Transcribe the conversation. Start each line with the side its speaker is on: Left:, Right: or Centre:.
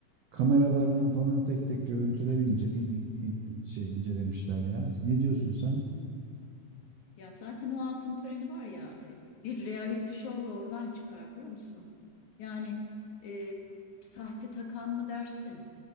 Right: kameralardan falan tek tek görüntüler ince, in- in- in- şey incelemişler ya. Ne diyorsun sen?
Left: Hmm. Ya zaten o altın töreni var ya, ay, bir reality show da oradan çıkar biliyor musun? Yani e, sahte takan mı dersin?